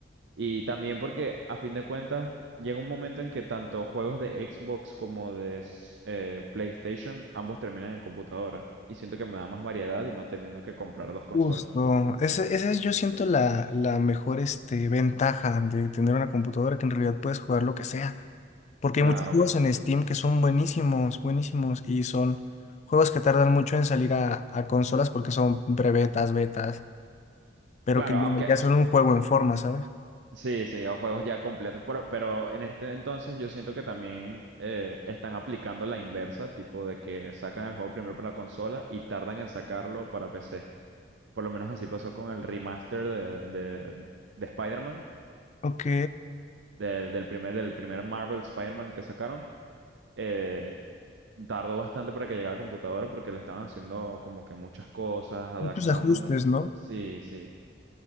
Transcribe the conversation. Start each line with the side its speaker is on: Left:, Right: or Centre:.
Right: Y también porque, a fin de cuentas, llega un momento en que tanto juegos de Xbox como de s- eh, PlayStation, ambos terminan en computadora. Y siento que me da más variedad y no teniendo que comprar dos consolas.
Left: Justo, esa, esa es yo siento la, la mejor este, ventaja de tener una computadora que en realidad puedes jugar lo que sea, porque
Right: Claro,
Left: hay muchos juegos
Right: claro.
Left: en Steam que son buenísimos, buenísimos, y son juegos que tardan mucho en salir a, a consolas porque son brevetas, betas, pero
Right: Claro,
Left: que ya,
Right: aunque
Left: ya son un juego en forma, ¿sabes?
Right: sí, sí, o juegos ya completos. Pero, pero en este entonces yo siento que también eh, están aplicando la inversa, tipo de que sacan el juego primero para la consola y tardan en sacarlo para PC. Por lo menos así pasó con el remaster de, de, de Spider-Man,
Left: Ok,
Right: de- del primer, del primer Marvel Spider-Man que sacaron. Eh, tardó bastante para que llegara a la computadora porque le estaban haciendo como que muchas cosas, adaptando.
Left: muchos ajustes,
Right: mu-
Left: ¿no?
Right: Sí, sí.